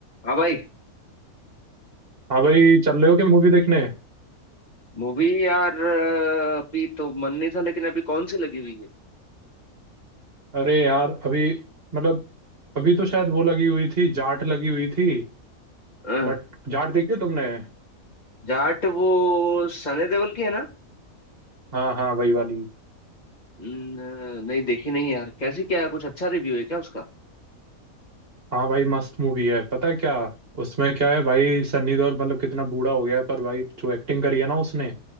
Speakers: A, on the left (about 30°); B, on the right (about 40°).
A: हाँ भाई
B: हाँ भाई चल रहे हो क्या मूवी देखने
A: मूवी यार अ, अभी तो मन नहीं था लेकिन अभी कौन सी लगी हुई है
B: अरे यार अभी मतलब अभी तो शायद वो लगी हुई थी जाट लगी हुई थी
A: अ,
B: बट जाट देखी है तुमने
A: जाट वो सनी देओल की है ना
B: हाँ हाँ वही वाली
A: न- नहीं देखी नहीं यार कैसी क्या है कुछ अच्छा रिव्यू है क्या उसका
B: हाँ भाई मस्त मूवी है पता है क्या उसमें क्या है भाई सन्नी देओल मतलब कितना बूढ़ा हो गया है पर भाई जो एक्टिंग करी है ना उसने